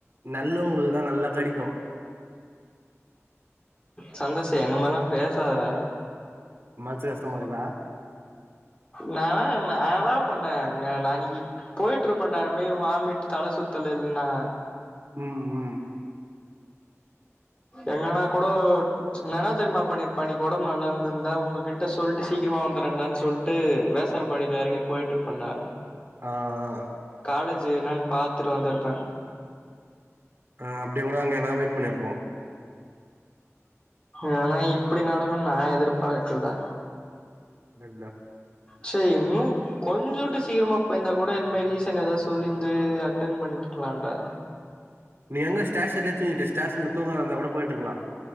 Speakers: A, on the right; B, on the left.
A: நல்லவங்ளுக்கு தா நல்லா கடிக்கு
B: சந்தோஷே இந்த மாதிலா பேசாதடா
A: மன்சு கஷ்டமாக்குதா
B: நானா நாடா பண்ண அங்க அன்னிக்கி போயிட்ருப்பேன்டா அந்த மாரி வாமிட் தல சுத்தல் இல்லன்னா
A: ம் ம்
B: எங்கன்னா கூடோ நானா தெரிமா பண்ணி இருப்ப ஒடம்பு நல்லா இருந்து இருந்தா உங்ககிட்ட சொல்டு சீக்கிரமா வந்துறண்டான்னு சொல் ட்டு வியாசர்பாடில எறங்கி போயிட்டுருப்பேன்டா
A: ஆ ஆ
B: காலேஜு என்னன்னு பாத்துட்டு வந்துருப்பே
A: அ அப்டியே கூட அங்க ந வெயிட் பண்ணியிருப்போ
B: ஆனா இப்டி நடக்குனு நா எதுர்பாக்கல்டா
A: <unintelligible>
B: சே இன்னு கொஞ்சோம்ட்டு சீக்கிரமா போய்ருந்தா கூட இன்மே ரீசன் ஏதாவ்து சொல்லிருந்து அட்டன் பண்ணிற்கலாம்டா
A: நீ எங்க ஸ்டேஷன்லெ தூங்கிட்டு ஸ்டேஷன்ல தூங்காத இருந்தா கூட போய்ட்ருகலா